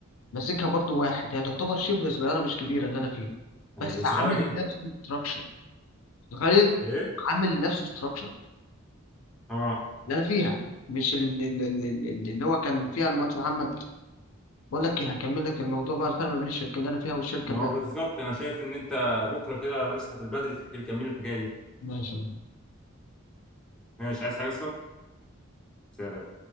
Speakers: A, on the left (about 75°); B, in the centre.
A: ماسكها برضو واحد هي تعتبر شبه صغيره مش كبيره اللي انا فيها
B: ما
A: بس
B: هي دي صغيرة
A: عامل
B: جدا
A: لنفسه ستراكشر تخيل
B: ايه
A: عامل لنفسه ستراكشر
B: اه
A: اللي انا فيها مش اللي, اللي, اللي اللي هو كان فيها المهندس محمد بقول لك ايه هكمل لك الموضوع بقى الفرق ما بين الشركه اللي انا فيها والشركه
B: ما
A: اللي
B: هو بالظبط انا شايف ان انت بكرة كده نصحى في البدري تحكي لي كمل الحكاية دي
A: ماشي
B: ماشي عايز حاجة اصلا سلام.